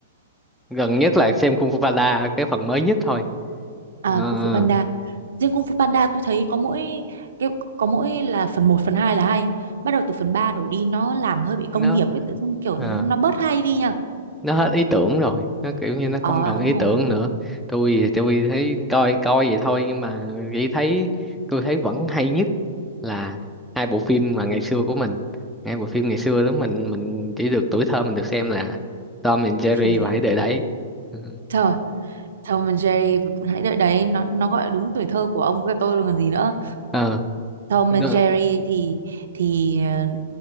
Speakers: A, in the centre; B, on the right (about 65°).
A: gần nhất là xem Kung Fu Panda cái phần mới nhất thôi
B: à,
A: Ờ,
B: Kung Fu Panda Riêng Kung Fu Panda tôi thấy có mỗi cái có mỗi là phần một phần 2 là hay. Bắt đầu từ phần 3 đổ đi nó làm hơi bị
A: nó
B: công nghiệp ấy, tự dưng kiểu
A: ờ.
B: nó bớt hay đi nha.
A: nó hết ý tưởng rồi nó kiểu như nó
B: Ờ
A: không còn
B: đúng
A: ý tưởng
B: rồi,
A: nữa tôi thì tôi thấy coi coi vậy thôi nhưng mà chỉ thấy tôi thấy vẫn hay nhất là hai bộ phim mà ngày xưa của mình hai bộ phim ngày xưa lúc mình mình chỉ được tuổi thơ mình được xem là Tom and Jerry
B: phim gì
A: và
B: à?
A: Hãy Để Đấy ừ.
B: Trời, Tom and Jerry hãy đợi đấy, nó nó gọi đúng tuổi thơ của ông với tôi luôn còn gì nữa.
A: ờ
B: Tom
A: đúng.
B: and Jerry thì thì ờ,